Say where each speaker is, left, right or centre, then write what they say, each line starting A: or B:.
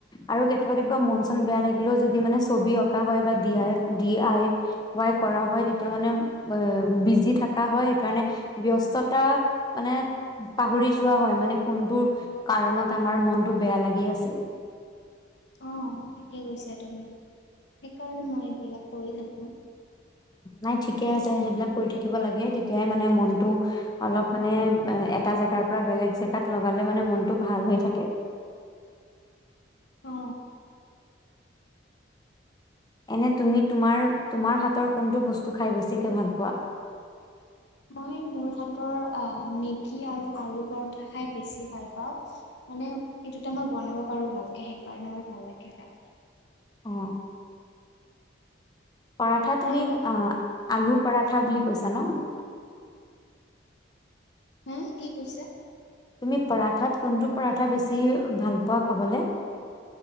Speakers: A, on the left; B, on the left.
A: আৰু কেতিয়াবা কেতিয়াবা মন চন বেয়া লাগিলেও যদি মানে ছবি অঁকা হয় বা D I Y D I Y কৰা হয় তেতিয়া মানে অ বিজি থাকা হয় কাৰণে ব্যস্ততা মানে পাহৰি যোৱা হয় মানে কোনটো কাৰণত আমাৰ মনতটো বেয়া লাগি আছে
B: অ ঠিকেই কৈছা তুমি সেইকাৰণে মই এইবিলাক কৰি থাকো
A: নাই ঠিকে আছে সেইবিলাক কৰি থাকিব লাগে তেতিয়াই মানে মনটো অলপ মানে এটা জেগাৰ পৰা বেলেগ জেগাত লগালে মানে মনটো ভাল হৈ থাকে
B: অ
A: এনে তুমি তোমাৰ তোমাৰহাতৰ কোনটো বস্তু খাই বেছিকে ভাল পোৱা
B: মই মোৰ হাতৰ মেগী আৰু আলু পৰঠা খাই বেছি ভাল পাওঁ মানে এই দুটা মই বনাব পাৰো ভালকে সেইকাৰণে মোৰ ভাল লাগে খাই
A: অ পাৰঠা তুমি
B: আহিবা
A: আলু পাৰাঠা বুলি কৈছা ন
B: হুম কি কৈছে
A: তুমি পাৰাঠাত কোনটো পাৰাঠা বেছি ভাল পোৱা খাবলে